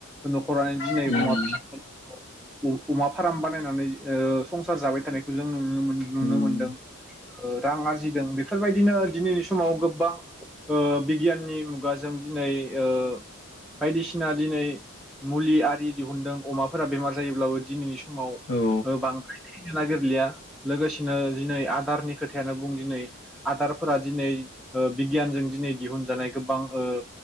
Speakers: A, in the centre; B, on the left.
A: न'खरानो दिनै
B: उम
A: अमा <unintelligible> अ-अमा फार्म बानायनानै ओ संसार जाबाय थानायखौ जों उम नुनो
B: उम
A: मोन्दों रां आरजि जिदों बेफोरबायदिनो दिनैनि समाव गोबां ओ बिगियाननि मुगाजों दिनै ओ बायदिसिना दिनै मुलि आरि दिहुनदों अमाफोरा बेमार जायोब्लाबो दिनैनि सम समाव
B: औ
A: बांद्राय थैनो नागिरलिया लोगोसेनो दिनै आदारनि खोथायानो बुं दिनै आदारफोरा दिनै ओ बिगियानजों दिनै दिहुनजानाय गोबां ओ